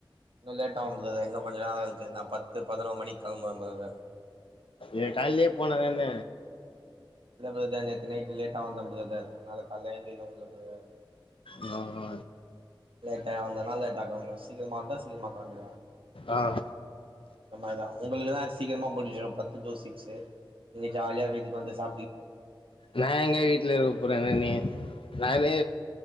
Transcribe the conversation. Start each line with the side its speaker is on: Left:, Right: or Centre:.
Right: இன்னும் லேட் டாகும் பிரதர் இன்னும் கொஞ்ச நேரம் இருக்கு நான் பத்து பதினோரு மணி கிளம்புவே பிரதர்
Left: ஏ கால்லயே போனதான் என்ன
Right: இல்ல பிரதர் நேத்து நைட்டு லேட்டா வந்தன் பிரதர் அதனால கால ஏந்திரிக்க முடியல பிரதர்
Left: உஹம் உஹ
Right: லேட்டா வந்ததுனா சீக்கிரம் வந்த சீக்கிரம கெளம்பி
Left: ஆ
Right: மாதிரிதான் உங்களுக்குதான் சீக்கிரமாடி பத்து டோிக் நீங்க ஜாலியா வீட்ல வந்து சா
Left: நான் எங்க வீட்டுல இருக்க போறேன் நானே